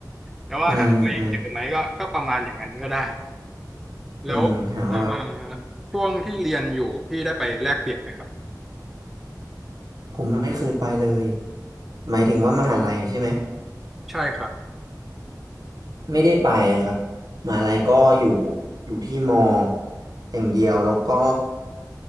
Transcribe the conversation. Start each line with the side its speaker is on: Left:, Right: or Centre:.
Centre: แล้วว่าหาตัวเองเจอไหมก็ก็ประมาณอย่างนั้นก็ได้
Right: อืมอืม
Centre: แล้วอ่า
Right: อืมหาว่าแบบ
Centre: ช่วงที่เรียนอยู่พี่ได้ไปแลกเปลี่ยนไหมครับ
Right: ผมไม่เคยไปเลย หมายถึงว่ามหาลัยใช่ไหม
Centre: ใช่ครับ
Right: ไม่ได้ไปครับมหาลัยก็อยู่อยู่ที่มออย่างเดียวแล้วก็